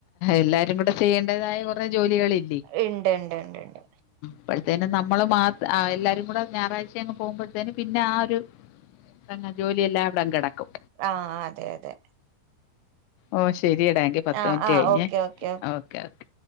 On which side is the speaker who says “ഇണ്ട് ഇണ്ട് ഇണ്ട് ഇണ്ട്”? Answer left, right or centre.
Right